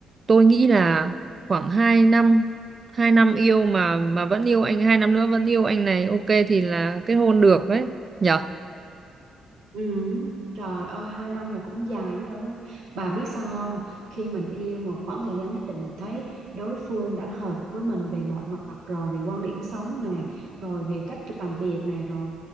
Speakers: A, on the right; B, on the right.
A: tôi nghĩ là khoảng 2 năm 2 năm yêu mà mà vẫn yêu anh 2 năm nữa vẫn yêu anh này ok thì là kết hôn được đấy nhở
B: Ừ. Trời ơi hai năm là cũng dài chứ đâu á Bà biết sao không Khi mình yêu một khoảng thời gian nhất định Mình thấy đối phương đã hợp với mình Về mọi mặt rồi Về quan điểm sống nè Rồi về cách làm việc nè Rồi